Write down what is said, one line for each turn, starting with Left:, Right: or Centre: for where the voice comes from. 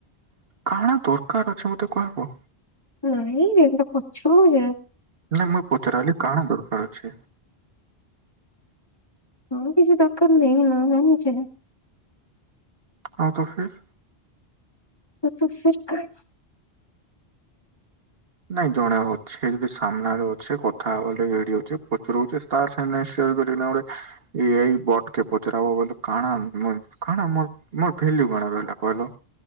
Right: କଣ ଦରକାର ଅଛି ମତେ କହିବ?
Left: ନାଇଁ ବେ <unintelligible> ପଚରୁ ଯେ
Right: ନାଇଁ ମୁଁ ପଚାରଲି କାଣା ଦରକାର ଅଛି?
Left: ହଁ କିଛି ଦରକାର ନାଇଁ। ନ ଜାଣିଛେ।
Right: ହଁ ତ ଫିର୍?
Left: <unintelligible>
Right: ନାଇଁ ଜଣେ ଅଛି ଏବେ ସାମ୍ନାରେ ଅଛେ କଥା ହବା ଲାଗି ରେଡି ଅଛେ ପଚରାଉଚେ। ତାର ସାମନାରେ ସେଭ କରିକି ନା ଗୋଟେ ଏଆଇ ବଟ୍ କେ ପଚରା ହବ ବୋଲେ କାଣା ଆ କାଣା ମର ମୋର ଭେଲ୍ୟୁ କଣ ରହିଲା କହିଲ?